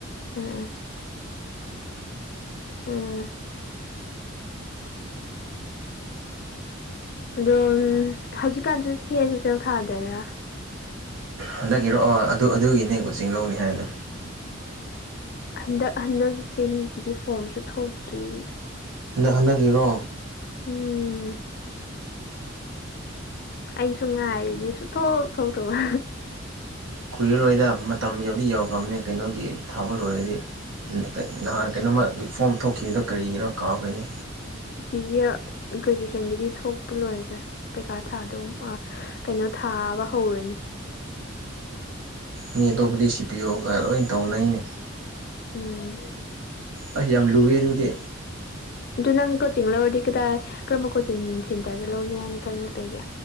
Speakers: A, on the left (about 50°); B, on the right (about 85°).
A: ꯎꯝ ꯎꯝ ꯑꯗꯣ ꯍꯧꯖꯤꯛꯀꯥꯟꯁꯨ ꯁꯤꯁ ꯆꯦꯜ ꯊꯥꯗꯣꯏꯔꯥ
B: ꯍꯟꯗꯛꯀꯤꯔꯣꯑꯣ ꯑꯗꯨ ꯑꯗꯨꯒꯤꯅꯦ ꯀꯣꯆꯤꯡ ꯂꯧꯅꯤ ꯍꯥꯏꯕꯗꯣ
A: ꯍꯟꯗꯛ ꯍꯟꯗꯛ ꯆꯍꯤꯒꯤꯗꯤ ꯐꯣꯝꯁꯨ ꯊꯣꯛꯇ꯭ꯔꯤ
B: ꯍꯟꯗꯛ ꯍꯟꯗꯛꯒꯤꯔꯣ
A: ꯎꯝ ꯑꯩꯁꯨ ꯉꯥꯏꯔꯤꯅꯦ ꯁꯨꯊꯣꯛ ꯊꯣꯛꯇꯥꯕ
B: ꯀꯨꯏꯔꯥꯔꯣꯏꯗꯥ ꯃꯇꯝ ꯌꯧꯗꯤ ꯌꯧꯈ꯭ꯔꯥꯕꯅꯦ ꯀꯩꯅꯣꯒꯤ ꯊꯥꯕ ꯂꯣꯏꯔꯥꯗꯤ ꯎꯨ ꯀꯩ ꯅꯍꯥꯟ ꯀꯩꯅꯣꯃꯥꯒꯤ ꯐꯣꯝ ꯊꯣꯛꯈꯤꯕꯥꯗꯣ ꯀꯔꯤꯒꯤꯔꯣ ꯀꯥꯎꯈ꯭ꯔꯦꯅꯦ
A: ꯁꯤꯖꯤꯑꯦꯜ ꯒ꯭ꯔꯦꯖꯨꯑꯦꯁꯟꯒꯤꯗꯤ ꯊꯣꯛꯄ ꯂꯣꯏꯈ꯭ꯔꯦ ꯄꯩꯈꯥ ꯊꯥꯗꯧ ꯃꯥꯁ ꯀꯩꯅꯣ ꯊꯥꯕ ꯍꯧꯔꯥꯅꯤ
B: ꯃꯤ ꯑꯇꯣꯞꯄꯥꯗꯤ ꯁꯤ ꯄꯤꯌꯣꯒꯥ ꯂꯣꯏ ꯇꯧꯅꯩꯅꯦ
A: ꯎꯨꯝ
B: ꯑꯁ ꯌꯥꯝ ꯂꯨꯏꯌꯦ ꯑꯗꯨꯗꯤ
A: ꯑꯗꯨ ꯅꯪ ꯀꯣꯆꯤꯡ ꯂꯧꯔꯥꯗꯤ ꯀꯗꯥꯏ ꯀꯔꯝꯕ ꯀꯣꯆꯤꯡ ꯁꯦꯟꯇꯔꯗꯥ ꯂꯧꯒꯦ ꯍꯥꯏꯅ ꯈꯜꯂꯥ ꯂꯩꯒꯦ